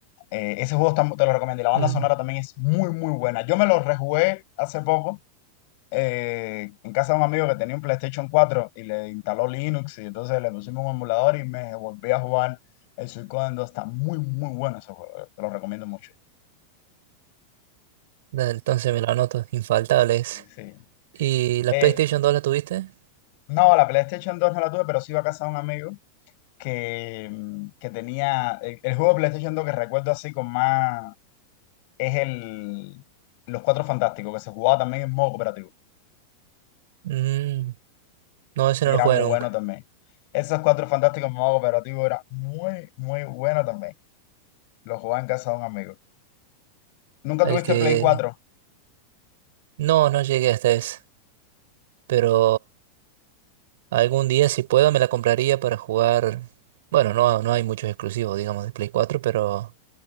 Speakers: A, on the left (about 45°); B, on the right (about 55°).
A: Eh, ese juego está- te lo recomiendo y la banda
B: mm.
A: sonora también es muy muy buena. Yo me lo rejugué hace poco eh, en casa de un amigo que tenía un PlayStation cuatro y le instaló Linux y entonces le pusimos un emulador y me volví a jugar el Suicoden 2. Está muy muy bueno ese juego, te lo recomiendo mucho.
B: Da, Entonces me lo anoto, infaltable
A: Sí.
B: ese.
A: sí.
B: ¿Y la
A: Eh,
B: PlayStation 2 la tuviste?
A: no, la PlayStation 2 no la tuve, pero sí iba a casa de un amigo que, mm, que tenía. El, el juego de PlayStation 2 que recuerdo así con más es el Los Cuatro Fantásticos, que se jugaba también en modo cooperativo.
B: Mm, no, ese
A: Y
B: no
A: era
B: lo jugué
A: muy
B: nunca.
A: bueno también. Esos Cuatro Fantásticos en modo cooperativo era muy, muy bueno también. Lo jugaba en casa de un amigo. ¿Nunca
B: El
A: tuviste
B: que...
A: Play cuatro
B: No, no llegué hasta ese. Pero Algún día, si puedo, me la compraría para jugar. Bueno, no, no hay muchos exclusivos, digamos, de Play cuatro pero,